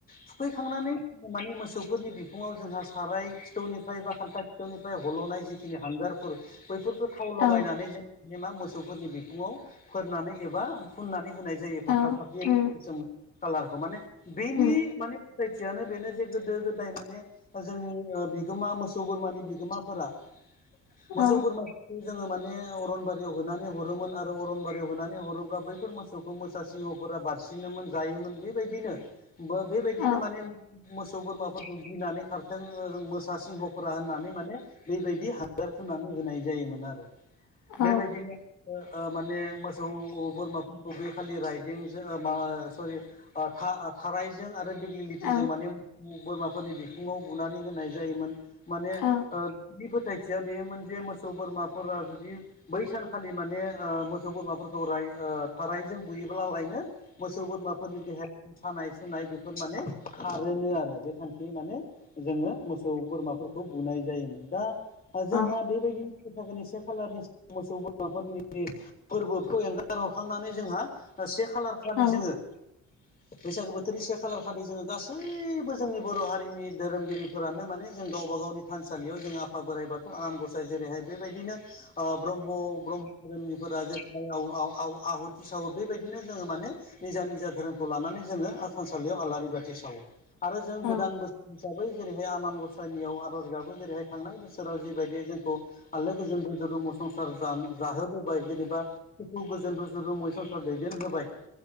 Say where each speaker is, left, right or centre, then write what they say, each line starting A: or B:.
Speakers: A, on the left (about 30°); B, on the left (about 80°).
A: थुखैखांनानै माने मोसौ फोरनि बिखुङाव जोंहा साराय खिथौनिफ्राय बा खान्था खिथौनिफ्राय हलनाय जिखिनि हांगारफोर बैफोर खो थाव लगायनानै
B: औ
A: जों मानि मा मोसौफोरनि बिखुङाव फोरनानै एबा फुननानै होनाय जायो
B: औ
A: फाख्रा फाख्रि
B: उम
A: गोसोम कालारखौ माने बेनि
B: उम
A: माने फोथायथियानो बेनो जे गोदो गोदाय माने जोंनि ओ बिगोमा मोसौ बोरमानि बिगोमाफोरा मोसौ
B: औ
A: बोरमाफोरखौ जोङो माने अरनबारियाव होनानै हरोमोन आरो अरनबा बेव होनानै हरोबा बैफोर मोसौखौ मोसा सिंहफोरा बारसिनोमोन जायोमोन बेबायदिनो बो बेबायदिनो
B: औ
A: माने मोसौ बोरमाफोरखौ गिनानै खार थों ओ रोम मोसा सिंहफोरा होननानै माने बेबायदि हांगार फुननानै होनाय जायोमोन आरो।
B: औ
A: बेबायदिनो ओ माने मोसौ बोरमाफोरखौ बे खालि राइदोंजों ओ मा सरि ओ था ओ थारायजों आरो देग्लिलिथिजों
B: औ
A: माने बोरमाफोरनि बिखुङाव बुनानै होनाय जायोमोन। माने ओ
B: औ
A: बि फोथाय थिया बेयोमोन जे मोसौ बोरमाफोरा जुदि बै सानखालि माने ओ मो सौ बोरमाफोरखौ राय ओ थारायजों बुयोब्लालायनो मोसौ बोरमाफोरनि देहा सानाय सुनाय बेफोर माने खारोनोआरो बे थांखियै माने जोङो मोसौ बोरमाफोरखौ बुनाय जायोमोन दा ओ जोंहा
B: औ
A: बेबायदि बैसागोनि से खालारनि मोसौ बोरमाफोरनि जि फोरबोखौ एंगार हरखांनानै जोंहा से खालार खालि
B: औ
A: जोङो
B: <inaudible>
A: बैसागो बोथोरनि से खालार खालि जोङो गासैबो जोंनि बर' हारिनि धोरोमगिरिफोरानो माने जों गावबा गावनि थानसालियाव जोङो आफा बोराइ बाथौ आनान गसाइ जेरैहाय बेबायदिनो ओ ब्रह्म ब्रम्ह धोरोमनि फोरा जे आव-आव-आव-आव आहु थि साहो बेबायदिनो जोङो माने निजा निजा धोरोमखौ लानानै जोङो थानसालियाव आलारि बाथि सावो आरो जों
B: औ
A: गोदान बो हिसाबै जेरैहाय आनान गसाइनियाव आर'ज गाबो जेरैहाय थांनाय बोसोराव जिबायदि जोंखौ आलोगोजोन रुम रुमु संसार जा-जाहोबोबाय जेनबा गोखु गोजोन रुजु रुमै संसार दैदेन होबाय